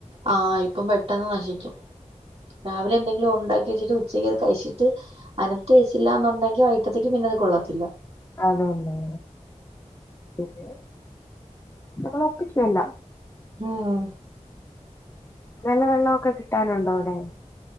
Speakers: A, on the right; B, on the left.
A: ആ ഇപ്പം പെട്ടന്ന് നശിക്കും രാവിലെ എന്തങ്കിലും ഒണ്ടാ കഴിച്ചിട്ട് ഉച്ചക്കത് കഴച്ചിട്ട് അനത്തി വെച്ചില്ല ഒണ്ടെങ്കി വൈകിട്ടേത്തേക്ക് അത് പിന്നെ കൊള്ളാത്തില്ല
B: അതന്നെ പിന്നെ നമ്മള ഒക്കിറ്റല്ല
A: ഉം
B: നല്ല വെള്ളവൊക്കെ കിട്ടാനുണ്ടോവിടെ